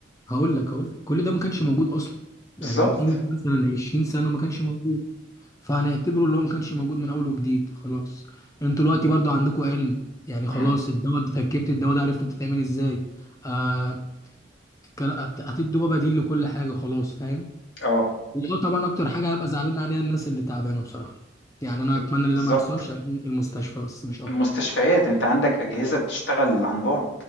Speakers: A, on the left (about 15°); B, on the left (about 70°).
A: هقول لك هقول لك كل ده ما كانش موجود اصلا يعني
B: بالضبط.
A: من قيمه مثلا 20 سنه ما كانش موجود فهنعتبره اللي هو ما كانش موجود من اول وجديد خلاص انتوا دلوقتي برضو عندكم علم يعني خلاص
B: إمم،
A: الدواء ده تركيبة الدواء ده عرفتوا بتتعمل ازاي آه الكلا- هت- هتدوا بقى بديل لكل حاجة خلاص فاهم
B: <clears throat> آه،
A: اه طبعا اكتر حاجة هبقى زعلان عليها الناس اللي تعبانة بصراحة يعني انا
B: ب
A: اتمنى ان
B: بالضبط.
A: ده ما يحصلش عشان المستشفى بس مش اكتر
B: المستشفيات أنت عندك أجهزة بتشتغل عن بُعد،